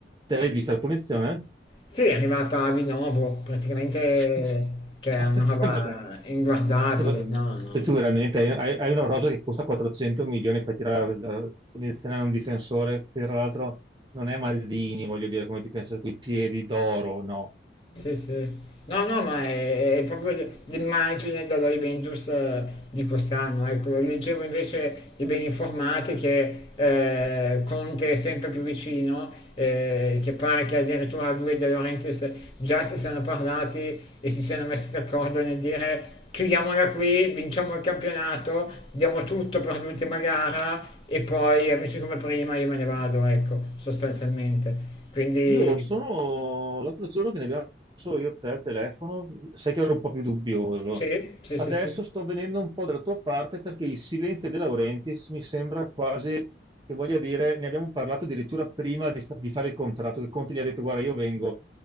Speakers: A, on the right; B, on the left.
A: te l'hai vista la punizione?
B: Sì, è arrivata a Vinovo, praticamente,
A: Sì. <laughs>
B: cioè,
A: Ah,
B: è una
A: cioè,
B: roba
A: ma- cioè,
B: inguardabile,
A: ma-
B: no, no,
A: cioè, tu veramente hai, hai- hai una rosa che costa 400 milioni e fai tirare la, la punizione a un difensore che tra l'altro non è Maldini, voglio dire, come difensore, con i piedi d'oro, no.
B: Sì, sì. No, no, ma è, è proprio l- l'immagine della Juventus eh, di quest'anno. Ecco, leggevo invece i ben informati che eh, Conte è sempre più vicino, eh, che pare che addirittura lui e De Laurentiis già si siano parlati e si siano messi d'accordo nel dire chiudiamola qui, vinciamo il campionato, diamo tutto per l'ultima gara e poi amici come prima io me ne vado, ecco, sostanzialmente. Quindi
A: Io sono l'altro giorno che ne abbiamo solo io e te al telefono, sai che ero un po' più dubbioso.
B: sì, sì,
A: Adesso
B: sì, sì.
A: sto venendo un po' dalla tua parte perché il silenzio De Laurentiis mi sembra quasi che voglia dire, ne abbiamo parlato addirittura prima di, sta- di fare il contratto, che Conte gli ha detto guarda io vengo,